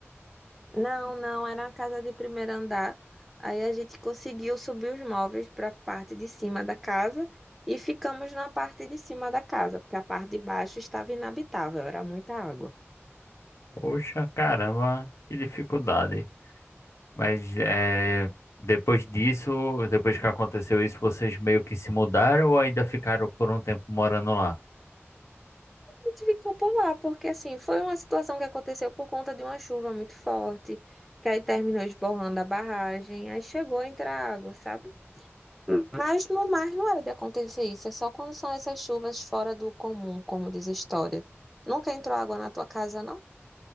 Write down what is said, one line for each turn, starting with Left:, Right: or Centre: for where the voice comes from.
Centre: Não, não, era uma casa de primeiro andar. Aí a gente conseguiu subir os móveis para a parte de cima da casa e ficamos na parte de cima da casa, porque a parte de baixo estava inabitável, era muita água.
Left: Poxa, caramba, que dificuldade. Mas é, depois disso, depois que aconteceu isso, vocês meio que se mudaram ou ainda ficaram por um tempo morando lá?
Centre: A gente ficou por lá, porque assim, foi uma situação que aconteceu por conta de uma chuva muito forte, que aí terminou esborrando a barragem, aí chegou a entrar água, sabe? Mas no mar não era de acontecer isso, é só quando são essas chuvas fora do comum, como diz a história. Nunca entrou água na tua casa, não?